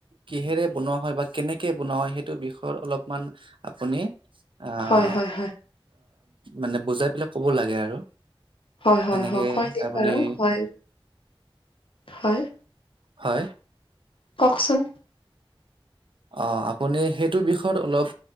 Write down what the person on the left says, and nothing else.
হয় হয় হয়
হয় হয়
হয় কৈ দিম
বাৰু হয় হয়
কওকচোন